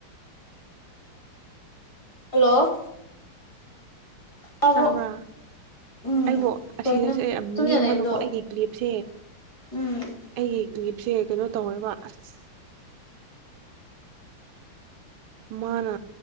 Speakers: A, on the left (about 15°); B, on the right (about 85°).
A: ꯍꯜꯂꯣ ꯇꯥꯕ꯭ꯔꯣ
B: ꯇꯕꯔꯥ
A: ꯎꯝ
B: ꯑꯩꯕꯨꯣ ꯑꯁꯤꯗꯁꯨꯦ
A: ꯀꯩꯅꯣ ꯇꯨꯃꯤꯟꯅ
B: ꯃꯤ ꯑꯃꯅꯨꯀꯣ
A: ꯂꯩꯕꯗꯣ
B: ꯑꯩꯒꯤ ꯀ꯭ꯂꯤꯞꯁꯦ
A: ꯎꯝ
B: ꯑꯩꯒꯤ ꯀ꯭ꯋꯞꯁꯦ ꯀꯩꯅꯣ ꯇꯧꯔꯕ ꯑꯁ ꯃꯥꯅ